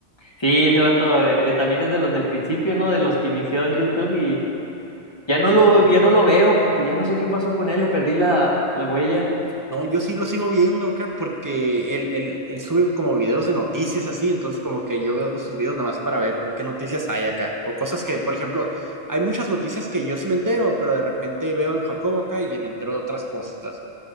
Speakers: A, on the left; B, on the right.
A: Sí, ese vato eh, eh, también es de los del principio, ¿no? De los que inició en YouTube y ya no
B: Y
A: lo,
B: todavía
A: ya
B: sí.
A: no lo veo porque ya no sé qué pasó con él, le perdí la, la huella.
B: No, yo sí lo sigo viendo acá porque él, él, él sube como videos de noticias así, entonces como que yo veo sus videos nada más para ver qué noticias hay acá, o cosas que, por ejemplo, hay muchas noticias que yo sí me entero, pero de repente veo al Jacobo acá y me entero de otras cosas,